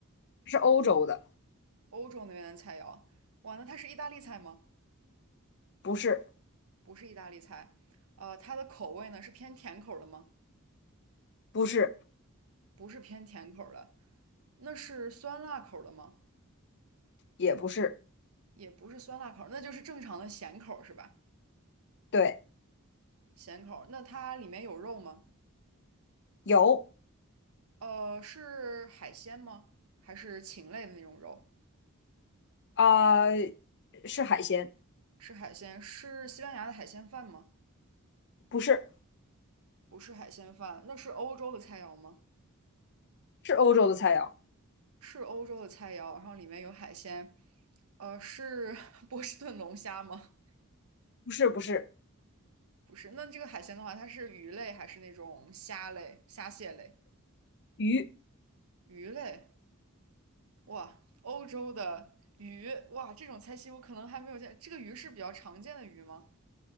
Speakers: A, on the left; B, on the right.
A: 它是欧洲的，
B: 欧洲那边的菜肴，哇，那它是意大利菜吗？
A: 不是，
B: 不是意大利菜，呃，它的口味呢是偏甜口儿的吗？
A: 不是，
B: 不是偏甜口儿的，那是酸辣口儿的吗？
A: 也不是。
B: 也不是酸辣口儿，那就是正常的咸口儿是吧？
A: 对，
B: 咸口儿，那它里面有肉吗？
A: 有
B: 呃，是海鲜吗？还是禽类的那种肉？
A: 啊、呃是海鲜，
B: 是海鲜，是西班牙的海鲜饭吗？
A: 不是，
B: 不是海鲜饭，那是欧洲的菜肴吗？
A: 是欧洲的菜肴，
B: 是欧洲的菜肴，然后里面有海鲜。呃，是 <laughs> 波士顿龙虾吗？
A: 不是，不是
B: 不是，那这个海鲜的话，它是鱼类还是那种虾类、虾蟹类？
A: 鱼。
B: 鱼类，哇，欧洲的鱼，哇，这种菜系我可能还没有见。这个鱼是比较常见的鱼吗？